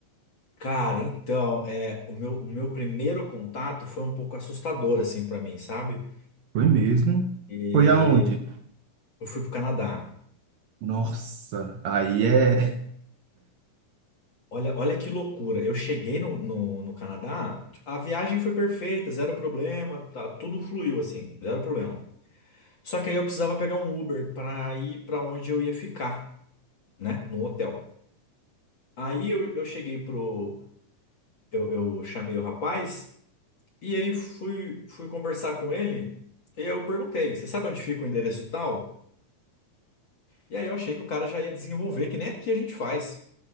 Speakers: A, on the left (about 45°); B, on the right (about 70°).
A: Cara, então, é, o meu, o meu primeiro contato foi um pouco assustador, assim, pra mim, sabe?
B: foi mesmo.
A: E
B: Foi aonde?
A: eu fui pro Canadá.
B: Nossa, aí
A: Porque,
B: é.
A: assim, olha, olha que loucura. Eu cheguei no, no, no Canadá, a viagem foi perfeita, zero problema, tá, tudo fluiu, assim, zero problema. Só que aí eu precisava pegar um Uber para ir para onde eu ia ficar, né? No hotel. Aí eu, eu cheguei pro. Eu, eu chamei o rapaz e aí fui, fui conversar com ele. E eu perguntei: Você sabe onde fica o endereço tal? E aí eu achei que o cara já ia desenvolver, que nem aqui a gente faz.